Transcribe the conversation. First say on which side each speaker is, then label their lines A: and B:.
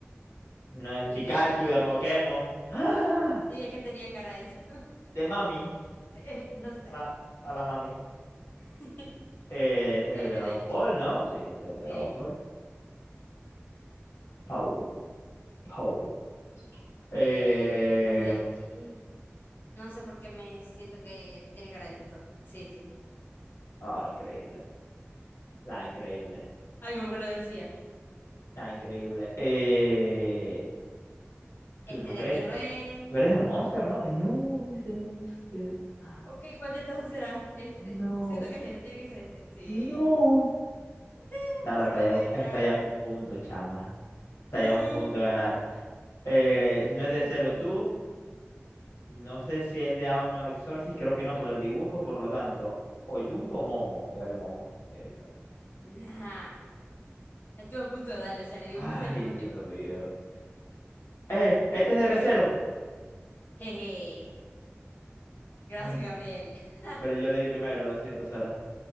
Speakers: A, on the left; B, on the left.
A: No es
B: Ni
A: Pikachu
B: idea, le voy a
A: de
B: dar aquí.
A: Pokémon. ¡Ah!
B: Sí, es que tenía cara eso. <laughs>
A: De Mami.
B: Sí, no sé.
A: Hola, hola Mami.
B: <laughs>
A: Eh, este es
B: Y ahí
A: el
B: no
A: Dragon
B: es de aquí.
A: Ball, ¿no? Sí, este es el Dragon
B: Sí.
A: Ball. Paul. Paul. Eh,
B: Eh, no es de aquí. No sé por qué me siento que tiene cara de esto. Sí, sí.
A: ah, increíble. Ah, increíble.
B: Algo me lo decía.
A: Ah, increíble. Eh, tú
B: Este
A: no
B: de
A: eres,
B: aquí no es.
A: tú eres de Monster, ¿no? No, no es de Monster. Ah,
B: Ok, ¿cuál de estos dos será? Este.
A: No,
B: Siento que es este, tiene que ser este. Sí.
A: no.
B: <laughs>
A: Ahora
B: Remonté
A: está ya,
B: otra
A: está
B: vez.
A: ya a un punto, chama. Está
B: Uh,
A: ya a un punto de ganar. Eh,
B: ok,
A: no
B: este.
A: es de Zero tú. No sé si es de Auno 1 Exorcist, creo que no por el dibujo, por lo tanto. O Junko o Momo. Dale, Momo. Ahí está.
B: Nah. Estuve a punto de darle, o sea, le dimos
A: Ay,
B: casi al mismo
A: Dios
B: tiempo.
A: mío. Eh, este es de Re:Zero.
B: Jeje, gracias,
A: Ay. no.
B: Gabriel. <laughs>
A: Pero yo le di primero, lo siento, Sara.